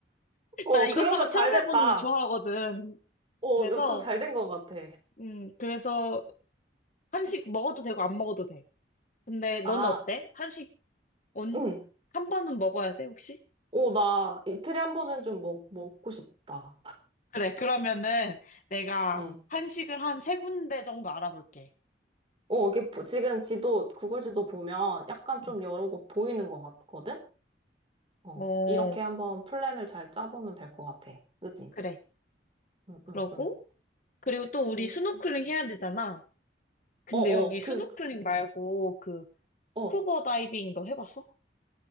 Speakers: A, on the right (about 30°); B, on the left (about 45°).
A: 어,
B: 나 이것저것
A: 그러면 잘
B: 체험해보는
A: 됐다.
B: 거 좋아하거든.
A: 어,
B: 그래서,
A: 좀 잘 된 것 같아.
B: 음, 그래서 한식 먹어도 되고 안 먹어도 돼. 근데 너는
A: 아,
B: 어때? 한식 온,
A: 응.
B: 한 번은 먹어야 돼, 혹시?
A: 어, 나 이틀에 한 번은 좀 먹, 먹고 싶다.
B: 그래, 그러면은 내가
A: 응.
B: 한식을 한 세 군데 정도 알아볼게.
A: 어, 이게 보- 지금 지도, 구글 지도 보면 약간 좀
B: 음.
A: 여러 곳 보이는 것 같거든? 어,
B: 어,
A: 이렇게 한번 플랜을 잘 짜보면 될 것 같아. 그지?
B: 그래.
A: 응,
B: 그러고,
A: 응, 응.
B: 그리고 또 우리
A: 그리고,
B: 스노클링 해야 되잖아. 근데
A: 어, 어,
B: 여기
A: 그,
B: 스노클링 말고 그
A: 어.
B: 스쿠버 다이빙도 해봤어?